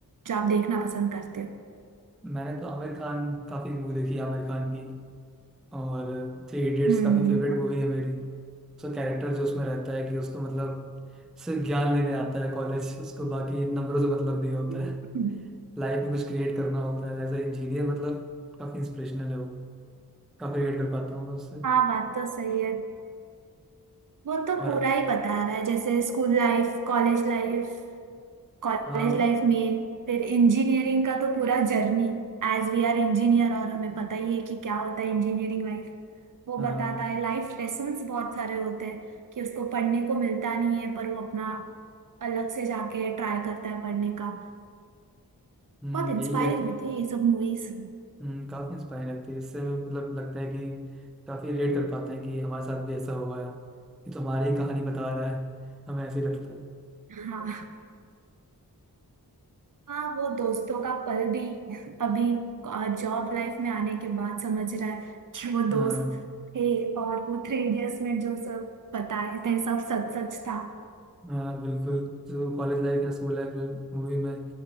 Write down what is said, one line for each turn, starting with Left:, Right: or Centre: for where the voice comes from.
Right: जो आप देखना पसंद करते हो
Centre: मैंने तो आमिर खान काफी मूवी देखी है आमिर खान की और थ्री इडियट्स
Right: हम्म
Centre: काफी फेवरेट मूवी है मेरी उसका कैरेक्टर जो उसमें रहता है कि उसको मतलब सिर्फ ज्ञान लेने आता है कॉलेज उसको बाकी नंबरों से मतलब नहीं होता
Right: हम्म।
Centre: है लाइफ में कुछ क्रिएट करना होता है एज ए इंजीनियर मतलब काफी इंस्पिरेशनल है वो काफी रिलेट कर पाता हूँ मैं उससे
Right: हाँ बात तो सही है वो तो
Centre: और
Right: पूरा ही बता रहा है जैसे school life college life College
Centre: हाँ
Right: life मेन फिर इंजीनियरिंग का तो पूरा journey As we are engineer और हमें पता ही है कि क्या होता है इंजीनियरिंग लाइफ वो
Centre: हाँ
Right: बताता है लाइफ लेसन्स बहुत सारे होते हैं कि उसको पढ़ने को मिलता नहीं है पर वो अपना अलग से जाके ट्राई करता है पढ़ने का
Centre: हम्म,
Right: बहुत इंस्पायरिंग
Centre: यही कहते
Right: होती है ये सब मूवीज
Centre: हम्म, काफी इंस्पायरिंग लगती है इससे मतलब लगता है कि काफी रिलेट कर पाते हैं कि हमारे साथ भी ऐसा हुआ है ये तो हमारी ही कहानी बता रहा है हमें ऐसे ही लगता है
Right: हाँ हाँ वो दोस्तों का पल भी अभी जॉब लाइफ में आने के बाद समझ रहा है कि वो
Centre: हाँ
Right: दोस्त थे और वो थ्री इडियट्स में जो सब बताए थे सब सच सच था
Centre: हाँ बिल्कुल जो कॉलेज लाइफ या स्कूल लाइफ में मूवी में